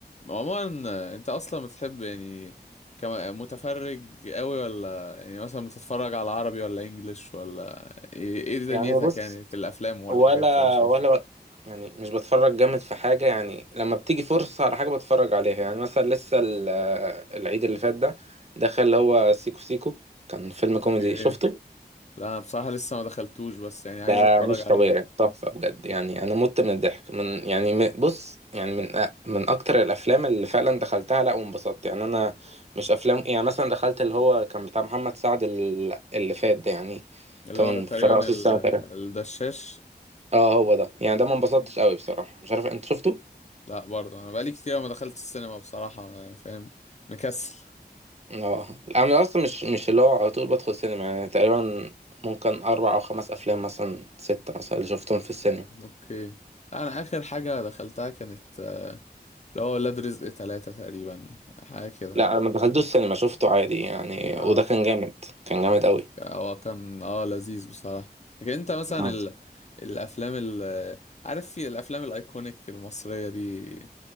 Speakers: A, on the left; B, on the right.
A: عموما آه، انت اصلا بتحب يعني كم- متفرج قوي ولا يعني مثلا بتتفرج على عربي ولا انجليش ولا ايه إيه دنيتك
B: يعني بص
A: يعني في الافلام والحاجات
B: ولا
A: والمسلسل
B: ولا يعني مش بتفرج جامد في حاجة يعني لما بتيجي فرصة على حاجة بتفرج عليها يعني مثلا لسه ال- آه، العيد اللي فات ده دخل اللي هو سيكو سيكو كان فيلم
A: اوكي
B: كوميدي شفته؟
A: لا أنا بصراحة لسه ما دخلتوش بس يعني عايز
B: ده
A: اتفرج
B: مش
A: عليه
B: طبيعي تحفة بجد يعني أنا مت من الضحك من يعني م- بص يعني من أ- من أكتر الأفلام اللي فعلا دخلتها لأ وانبسطت يعني أنا مش أفلام يعني مثلا دخلت اللي هو كان بتاع محمد سعد ال- اللي فات ده يعني
A: اللي
B: كان
A: هو تقريبا
B: في رأس
A: ال-
B: السنة تقريبا
A: الدشاش
B: اه هو ده يعني ده ما
A: أوكي.
B: انبسطتش قوي بصراحة مش عارف أنت شفته؟
A: لا برضه انا بقالي كتير ما دخلت السينما بصراحة يعني فاهم مكسل
B: اه أنا أصلا مش مش اللي هو على طول بدخل سينما يعني تقريبا ممكن أربع أو خمس أفلام مثلا ستة مثلا اللي شفتهم في السينما
A: اوكي انا اخر حاجة دخلتها كانت آه، اللي هو ولاد رزق ثلاثة تقريبا حاجة كده
B: لا أنا ما دخلتوش السينما شفته عادي يعني
A: اه
B: وده كان جامد كان جامد قوي
A: هو كان اه لذيذ بصراحة لكن انت مثلا
B: آه.
A: ال... الافلام ال... عارف في الافلام الايكونيك المصرية دي